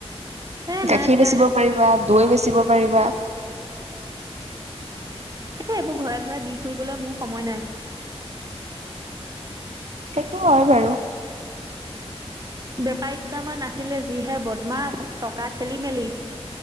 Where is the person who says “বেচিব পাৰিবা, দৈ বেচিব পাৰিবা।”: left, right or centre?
Right